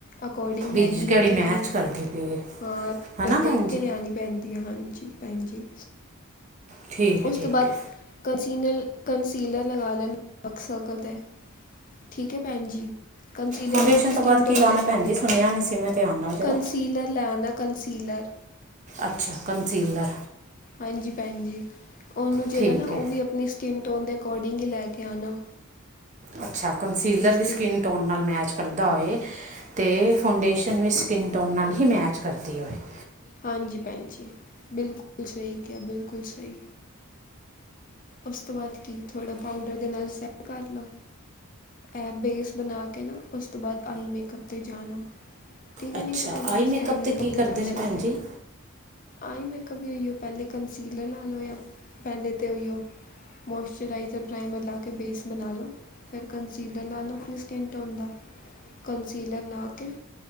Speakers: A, on the left; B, on the right.
A: ਅਕੋਰਡੀਂਗ
B: ਵੀ
A: ਹੈਗੀ
B: ਜੀ ਕਿਹੜੀ
A: ਹੈ, ਕਿ
B: ਮੈਚ
A: ਨਹੀ,
B: ਕਰਦੀ ਪਈ ਹੈ
A: ਹਾਂ ਪੂਰਾ
B: ਹਨਾ ਭੈਣ
A: ਦੇਖਕੇ
B: ਜੀ
A: ਲਿਆਣੀ ਪੈਂਦੀ ਏ, ਹਾਂਜੀ ਭੈਣਜੀ,
B: ਠੀਕ ਹੈ
A: ਉਸ
B: ਠੀਕ
A: ਤੋਂ ਬਾਅਦ
B: ਹੈ
A: ਕੰਸੀਨਲ- ਕੰਸੀਲਰ ਲਗਾ ਲੈਣ ਡਕ ਸਰਕਲ 'ਤੇ ਠੀਕ ਏ, ਭੈਣ ਜੀ। ਕੰਸੀਲਰ
B: ਫਾਊਂਡੇਸ਼ਨ
A: ਦੀ ਆਪਣੀ
B: ਤੋਂ
A: ਸਕਿ੍ਨ
B: ਬਾਅਦ ਕੀ
A: ਟੋਨ
B: ਲਾਉਣਾ
A: ਦੇ ਅਕੌਰਡੀਂਗ,
B: ਭੈਣ ਜੀ ਸੁਣਿਆ ਨਹੀਂ ਸੀ ਮੈਂ ਧਿਆਨ ਨਾਲ ਜਰਾ
A: ਕੰਸੀਲਰ ਲਿਆਣਾ ਕੰਨਸੀਲਰ
B: ਅਛਾ, ਕੰਨਸੀਲਰ।
A: ਹਾਂਜੀ ਭੈਣ ਜੀ, ਉਹਨੂੰ ਜਿਹੜਾ
B: ਠੀਕ
A: ਨਾ, ਉਹ
B: ਹੈ
A: ਵੀ ਆਪਣੀ ਸ੍ਕਿਨ ਟੋਨ ਦੇ ਅਕੌਰਡੀਂਗ ਹੀ ਲੈਕੇ ਆਣਾ
B: ਅਛਾ, ਕੰਸੀਲਰ
A: ਸਕਿਨ
B: ਵੀ ਸ੍ਕਿਨ ਟੋਨ ਨਾਲ ਮੈਚ ਕਰਦਾ ਹੋਏ, ਤੇ ਫਾਉਂਡੇਸ਼ਨ ਵੀ ਸ੍ਕਿਨ ਟੋਨ ਨਾਲ ਹੀ ਮੈਚ ਕਰਦੀ ਹੋਵੇ।
A: ਹਾਂਜੀ ਭੈਣ ਜੀ, ਬਿਲਕੁਲ ਸਹੀ ਕਿਆ, ਬਿਲਕੁਲ ਸਹੀ। ਉਸ ਤੋਂ ਬਾਅਦ ਕੀ, ਥੋੜ੍ਹਾ ਪਾਊਡਰ ਦੇ ਨਾਲ ਸੈਟ ਕਰਲੋ। ਇਹ ਬੇਸ ਬਣਾਕੇ ਨਾ, ਉਸ ਤੋਂ ਬਾਅਦ ਆਈ ਮੇਕਅਪ ਤੇ ਜਾਣਾ। ਠੀਕ ਹੈ,
B: ਅੱਛਾ
A: ਨਹੀਂ ਤਾਂ ਪਹਿਲੇ ਤੁਸੀਂ
B: ਮੇਕਅਪ
A: ਆਈ ਮੇਕਅੱਪ
B: ਤੇ ਕੀ ਕਰਦੇ
A: ਵੀ ਕਰ
B: ਨੇ
A: ਸਕਦੇ
B: ਭੈਣ ਜੀ
A: ਹੋ। ਆਈ ਮੈਕਅਪ ਵੀ ਓਹੀਓ ਪਹਿਲੇ ਕੰਸੀਲਰ ਨਾਲ ਹੋਇਆ, ਪਹਿਲੇ ਤਾਂ ਓਈਓ। ਮੌਇਸ਼ਚਰਾਈਜ਼ਰ, ਪ੍ਰਾਈਮਰ ਲਾਕੇ ਬੇਸ ਬਣਾਲੋ। ਫਿਰ ਕੰਸੀਲਰ ਲਾਲੋ ਆਪਣੀ ਸਕਿੰਨ ਟੋਨ ਦਾ, ਕੰਸੀਲਰ ਲਾਕੇ